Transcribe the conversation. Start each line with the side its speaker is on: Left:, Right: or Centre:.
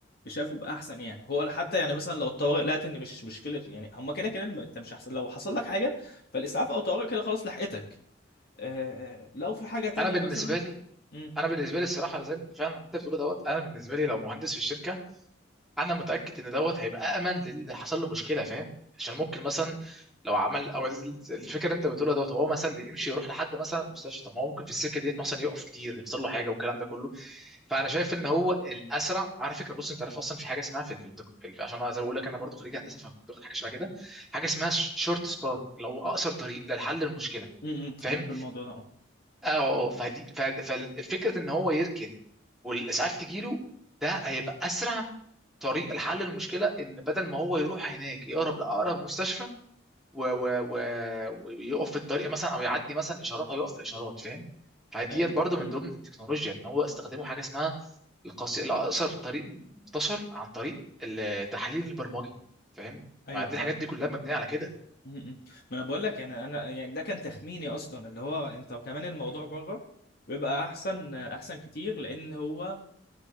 Left: شايفه بيبقى احسن يعني هو حتى يعني مثلا لو الطوارئ لقت ان مش مشكله يعني هما كده كده الم- انت مش هحصل لو حصل لك حاجه فالاسعاف او طوارئ كده خلاص لحقتك آه آه، لو في حاجه تانية
Centre: انا بالنسبه
Left: مثلا
Centre: لي
Left: امم
Centre: انا بالنسبه لي الصراحه زي ما انت فعلا انت بتقول دوت انا بالنسبه لي لو مهندس في الشركه انا متاكد ان دوت هيبقى امن للي حصل له مشكله فاهم عشان ممكن مثلا لو عمل او الفكره اللي انت بتقولها دوت هو مثلا اللي يمشي يروح لحد مثلا المستشفى طب ما هو ممكن في السكه ديت مثلا يقف كتير يحصل له حاجه والكلام ده كله فانا شايف ان هو الاسرع على فكره بص انت عارف اصلا في حاجه اسمها في في في- عشان انا زي ما بقول لك انا برضو خريج هندسه فكنت واخد حاجه شبه كده حاجه اسمها شورت سبات اللي هو اقصر طريق للحل المشكله
Left: امم
Centre: فاهم
Left: عارف الموضوع ده اه
Centre: اه آه، فدي ف- فالفكره ان هو يركن والاسعاف تجيله ده هيبقى اسرع طريق لحل المشكله ان بدل ما هو يروح هناك يقرب لاقرب مستشفى و... و... و... ويقف في الطريق مثلا او يعدي مثلا اشارات او يقف في الاشارات فاهم فديت
Left: أي-
Centre: برضو من
Left: أمم.
Centre: ضمن التكنولوجيا ان هو استخدموا حاجه اسمها القص... الاقصر طريق منتشر عن طريق التحليل البرمجي فاهم
Left: ايوه
Centre: ما دي
Left: فاهم
Centre: الحاجات دي كلها مبنيه على كده
Left: أمم. ما انا بقول لك يعني انا يعني ده كان تخميني اصلا اللي هو انت وكمان الموضوع
Centre: مم.
Left: بره بيبقى احسن احسن كتير لان هو